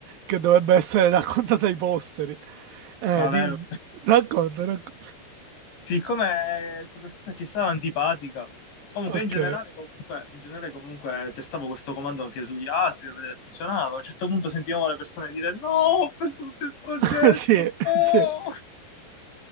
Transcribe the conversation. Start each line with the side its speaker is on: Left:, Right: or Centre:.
Right: che dovrebbe essere <laughs> raccontata ai posteri. Eh,
Left: ma
Right: dimmi.
Left: vero,
Right: Racconta, racconta.
Left: siccome questa professoressa ci stava antipatica, comunque
Right: Ok,
Left: in generale, comunque, in generale comunque testavo questo comando anche sugli altri per vedere se funzionava. A un certo punto sentivamo le persone dire no, ho perso tutto il progetto,
Right: <laughs> sì,
Left: no!
Right: sì,